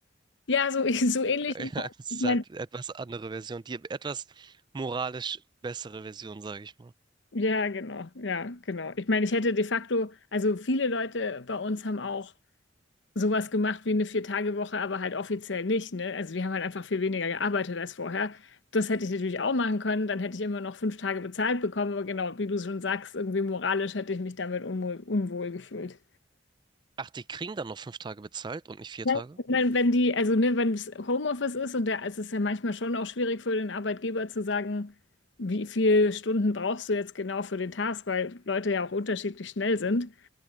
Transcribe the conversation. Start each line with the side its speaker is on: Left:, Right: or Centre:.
Left: Ja, so, <laughs> so ähnlich.
Right: <laughs>
Left: Ich
Right: Ja, es ist
Left: mein,
Right: halt etwas andere Version, die etwas moralisch bessere Version, sage ich mal.
Left: ja, genau, ja, genau. Ich meine, ich hätte de facto, also viele Leute bei uns haben auch sowas gemacht wie eine Vier-Tage-Woche, aber halt offiziell nicht, ne? Also wir haben halt einfach viel weniger gearbeitet als vorher. Das hätte ich natürlich auch machen können, dann hätte ich immer noch fünf Tage bezahlt bekommen, aber genau, wie du schon sagst, irgendwie moralisch hätte ich mich damit unwohl, unwohl gefühlt.
Right: Ach, die kriegen dann noch fünf Tage bezahlt und nicht vier
Left: Ja.
Right: Tage?
Left: Ich meine, wenn die, also ne, wenn es Homeoffice ist und der, es ist ja manchmal schon auch schwierig für den Arbeitgeber zu sagen, wie viele Stunden brauchst du jetzt genau für den Task, weil Leute ja auch unterschiedlich schnell sind.